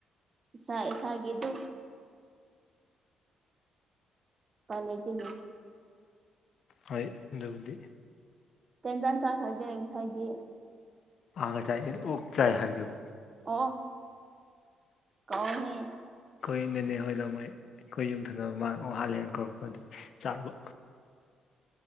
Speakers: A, on the right; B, on the left.
A: ꯏꯁꯥ ꯏꯁꯥꯒꯤ ꯗꯨꯝ ꯀ ꯂꯩꯦꯗꯤꯅꯤ
B: ꯍꯣꯏ ꯑꯗꯨꯕꯨꯗꯤ
A: ꯇꯦꯟꯖꯥꯟ ꯁꯥꯈ ꯍꯥꯏꯖꯦ ꯍꯁ ꯍꯥꯏꯗꯤ
B: ꯑ ꯉꯁꯥꯏ ꯑꯣꯛ ꯆꯥꯏ ꯍꯥꯏꯒꯨꯝ
A: ꯑꯣ ꯀꯣꯅꯤ
B: ꯑꯩꯈꯣꯏ ꯅꯦꯅꯦ ꯍꯣꯏꯗ ꯃꯣꯏ ꯑꯩꯈꯣꯏ ꯌꯨꯝꯊꯪꯅꯕ ꯃꯥꯥꯡ ꯍꯥꯜꯂꯦꯅ ꯀꯧꯔꯛꯄ ꯑꯗꯨ ꯆꯥꯎꯕ